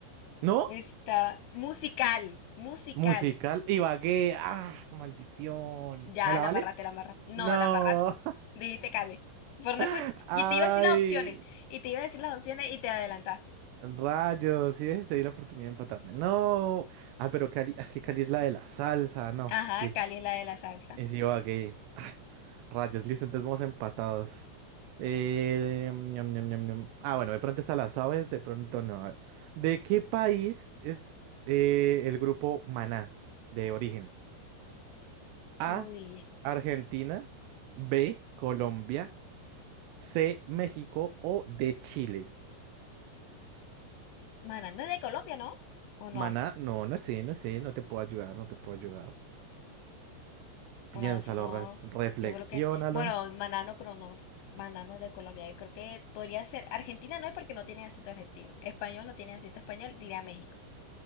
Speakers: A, on the right; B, on the left.
A: ¿No?
B: <laughs> Está musical, musical.
A: Musical. Ibagué. Ah, maldición.
B: Ya,
A: ¿Me la
B: la
A: vales?
B: embarraste, la embarraste. No,
A: No.
B: la embarraste. Dijiste Cali. Por no
A: <laughs>
B: escu-
A: Ay.
B: y te iba a decir las opciones. Y te iba a decir las opciones y te adelantaste.
A: Rayos, sí ves, te di la oportunidad de empatarme. No. Ah, pero Cali, es que Cali es la de la salsa, no.
B: Ajá,
A: Si es,
B: Cali es la de la salsa.
A: es Ibagué. <laughs> Ah, Rayos, listo, entonces vamos empatados. Eh, ñam, ñam, ñam, ñam. Ah, bueno, de pronto está las aves, de pronto no. A ver. ¿De qué país es eh, el grupo Maná de origen?
B: Uy,
A: A, Argentina, B, Colombia, C, México o D, Chile.
B: Maná no es de Colombia, ¿no? ¿O no?
A: Maná, no, no sé, no sé, no te puedo ayudar, no te puedo ayudar.
B: Bueno,
A: Piénsalo,
B: si no,
A: re- reflexiónalo.
B: yo creo que... Bueno, Maná no, creo- no, Maná no es de Colombia. Yo creo que podría ser... Argentina no es porque no tiene acento argentino. Español no tiene acento español, diría México.